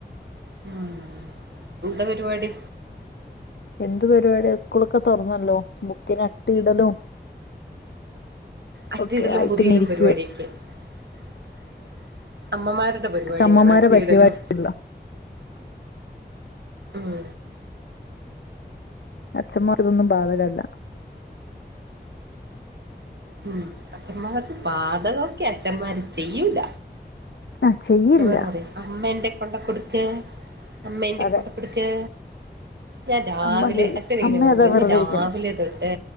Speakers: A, on the right; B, on the left.
A: ഉം എന്താ പരിപാടി?
B: എന്തു പരിപാടിയ സ്കൂളൊക്കെ തുറന്നല്ലോ ബുക്കിനെ അട്ടിയിടലും
A: അറ്റിടലും
B: ഒക്കെ ആയിട്ട്
A: പുതിയലും
B: ഇങ്ങനെ ഇരിക്കുവ
A: പരിപാടിയൊക്കെ, <unintelligible> അമ്മമാരുടെ പരിപാടിയാണ്
B: അമ്മമാരെ
A: അട്ടിയിടലും
B: പരിപാടിയല്ലോ
A: <unintelligible>
B: <unintelligible>
A: ഉം.
B: അച്ഛന്മാർ ഇതൊന്നും ബാധകല്ല.
A: ഉം. അച്ഛന്മാർക്ക് ബാധകം ഒക്കെയാ അച്ഛന്മാര് ചെയ്യൂല.
B: ആ ചെയ്യില്ല
A: ച്ഛമാര് പറയും അമ്മേ ന്റെ കൊണ്ട് കൊടുക്ക് അമ്മേ ന്റെ
B: അതെ
A: കൊണ്ട് കൊടുക്ക് ഞാൻ രാവിലെ
B: അമ്മ ചെയ്യും
A: അച്ഛനിങ്ങനെയാ
B: അമ്മ
A: പറയുള്ള്
B: അതാ വെറുതെരിക്കുന്നു
A: ഞാൻ രാവിലെ തൊട്ട്